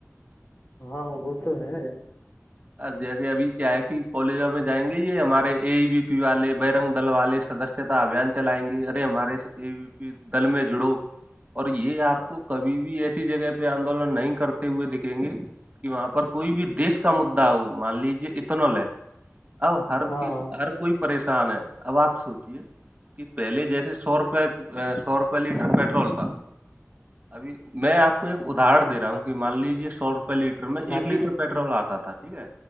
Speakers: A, on the left (about 50°); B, on the right (about 30°).
A: ہاں وہ تو ہے
B: جیسے ابھی کیا ہے کہ کالجوں میں جائیں گے یہ ہمارے اے بی پی والے بجرنگ دل والے سدس سچھتا ابھیان چلائیں گے ارے ہمارے دل میں جڑو اور یہ آپ کو کبھی بھی ایسی جگہ پہ آندولن نہیں کرتے ہوئے دکھیں گے کہ وہاں پر کوئی بھی دیش کا مدا ہو مان لیجے اتنا لے آ ہر
A: ہاں
B: کسی
A: ہاں
B: ہر کوئی پریشان ہے اب آپ سوچیے کہ پہلے جیسے سو روپئے سو روپئے لیٹر پیٹرول تھا ابھی میں آپ کو ایک ادہر دے رہا ہوں کہ مان لیجے سو روپے لیٹر میں ایک
A: ہاں
B: لیٹر
A: جی
B: پیٹرول آتا تھا ٹھیک ہے